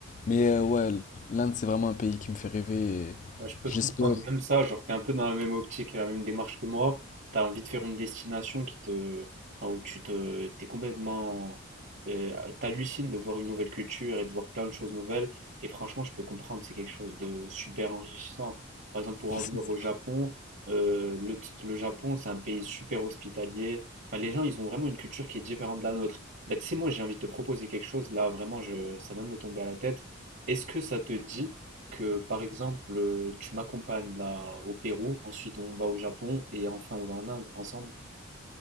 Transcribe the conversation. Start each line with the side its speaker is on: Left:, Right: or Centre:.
Left: Mais euh, ouais, l'Inde, c'est vraiment un pays qui me fait rêver. et
Right: Bah, je peux
Left: J'espère.
Right: te comprendre, même ça, genre t'es un peu dans la même optique et la même démarche que moi, t'as envie de faire une destination qui te, enfin, où tu te, t'es complètement, euh, t'hallucines de voir une nouvelle culture et de voir plein de choses nouvelles, et franchement je peux comprendre, c'est quelque chose de super enrichissant. Par exemple pour en
Left: c'est-
Right: venir au Japon, euh, le, t- le Japon c'est un pays super hospitalier, enfin les gens ils ont vraiment une culture qui est différente de la nôtre. Bah, tu sais moi j'ai envie de te proposer quelque chose, là vraiment je, ça vient de me tomber à la tête, est-ce que ça te dit que par exemple euh, tu m'accompagnes là au Pérou, ensuite on va au Japon et enfin on va en Inde ensemble.